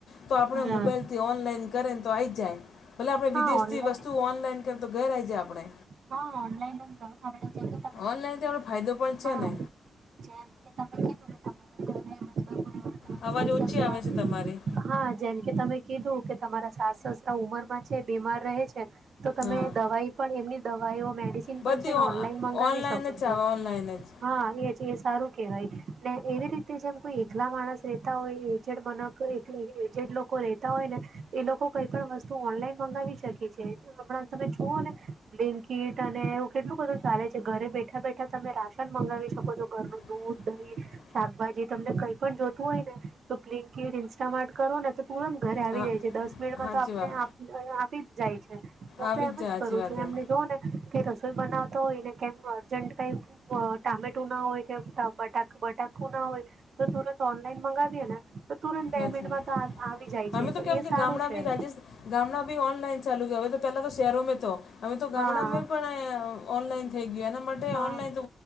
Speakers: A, on the left (about 70°); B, on the right (about 55°).
A: તો આપણે
B: હા
A: મોબાઈલથી ઓનલાઈન કરે ને તો આવી જાય ભલે આપણે
B: હા
A: વિદેશથી
B: ઓનલાઈન
A: વસ્તુઓ ઓનલાઈન કર તો ઘરે આવી જાય આપણે
B: હા ઓનલાન તમે
A: ઓનલાઈનથી આપણે ફાયદો પણ છે
B: હા
A: ને
B: જેમ કે તમે કીધું કે તમારા ઘર
A: અવાજ ઓછી
B: સ્ત્ર
A: આવે છે તમારી.
B: હા જેમ કે તમે કીધું કે તમારા સાસ સસરા ઉમરમાં છે બીમાર રહે છે તો તમે
A: હા.
B: દવાઈ પણ એમની દવા મેડિસન
A: બધી
B: પણ છે
A: ઓ
B: ને ઓનલાઈન મગાવી
A: ઓનલાઈન
B: શકો
A: જ
B: છો
A: આવે ઓનલાઈન જ.
B: હા એજ એ સારું કેહેવાય ને એવી રીતે જેમ કોઈ એકલા માણસ રહેતા હોય એ જેડ મને જે લોકો રહેેતા હોય ને એ લોકો કઈ પણ વસ્તુ ઓનલાઈન મંગાવી શકે છે હણાં તમે જુઓ ને બિકીિટ અને એવું કેટલું બધું ચાલે છે ઘરે બેઠા બેઠા તમે રાશન મંગાવી શકો છો ઘરનું
A: <inaudible>
B: દૂધ દહીં શાકભાજી તમને કઈ પણ જોતું હોય ને તો પ્લિંકડ ઇન્સ્ટા માર્ટ કરો ને તો તુરંત ઘરે આવી
A: હા
B: જાય છે દસ મિનિટમાં
A: હાચી
B: તો આપને
A: વાત.
B: આપી જ જાય છે હું
A: આવી
B: તો એમ
A: જાય
B: જ
A: હાચી
B: કરું
A: વાત
B: છું
A: હે.
B: એમને જો ને કે રસોઈ બનાવતા હોય ને કેમ અર્જન્ટ કઈ ટામેટું ના હોય કેમ બટ બટાકુ ના હોય તો તુરંત ઓનલાઈન મંગાવીએે ને તો તુરંત
A: હાચી
B: બે મિન્ટમાં તો આવી જાય
A: અમે
B: છે તો
A: કેમ
B: એ
A: કે
B: સારું
A: ગામડા
B: છે
A: બી રાજેશ ગામડા બી ઓનલાઈન ચાલુ ગયા હવે તો પહેલાં તો શહેરોમાં તો હમે તો ગામડામાં
B: હા
A: પણ ઓનલાઈન થઈ ગય એના માટે
B: હા
A: ઓનલાઈન તો